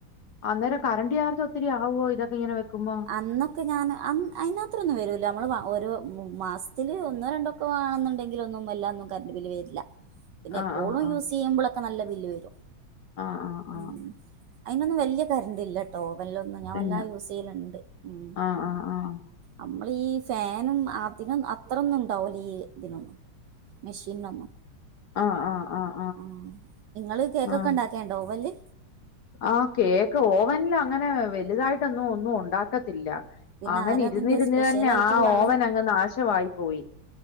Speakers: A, on the left; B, on the right.
A: അന്നേരം കറണ്ട് ചാർജൊത്തിരി ആവുവോ ഇതൊക്കെയിങ്ങനെ വെക്കുമ്പം
B: അന്നൊക്കെ ഞാൻ അന്ന് അയിനാത്രൊന്ന് വരൂല്ലാ നമ്മള് വ ഓരോ മ മാസത്തില് ഒന്നോ രണ്ടോ ക്കുവാണെന്നുണ്ടെങ്കിലൊന്നും വല്ലാ ഒന്നും കറണ്ട് ബില്ല് വരില്ലാ പിന്നെ
A: ആഹ്
B: എപ്പോളും
A: ആഹ് ആഹ്
B: യൂസ് ചെയ്യുമ്പളക്കെ നല്ല ബില്ല് വരും
A: ആഹ് ആഹ് ആഹ്
B: ഉം അയിനൊന്ന് വലിയ കരണ്ടില്ലട്ടോ ഓവനലൊന്നും ഞാൻ
A: പിന്നെ
B: വല്ലാ യൂസ് ചെയ്യല്ൺ ഉം
A: ആഹ് ആഹ് ആഹ്
B: നമ്മൾ ഈ ഫാനും അതിനും അത്രൊന്നും ട്ടോലീ ഇതിനൊന്നും മെഷീനൊന്നും
A: ആഹ് ആഹ് ആഹ്
B: ആഹ് നിങ്ങള് കേക്കൊക്കെ
A: ആഹ്
B: ഉണ്ടാ ക്കാണ്ടോവല്
A: ആഹ് കേക്ക് ഓവനില് അങ്ങനെ വലുതായിട്ടൊന്നും ഒന്നും ഒണ്ടാക്കത്തില്ല
B: പിന്നെ
A: അങ്ങനെ
B: ആരാ
A: ഇരുന്നിരുന്ന്
B: അതിന്റെ സ്പെഷ്യൽ
A: തന്നെ
B: ആയിട്ടുള്ള
A: ആഹ്
B: ആള്
A: ഓവൻ അങ്ങ് നാശവായി പോയി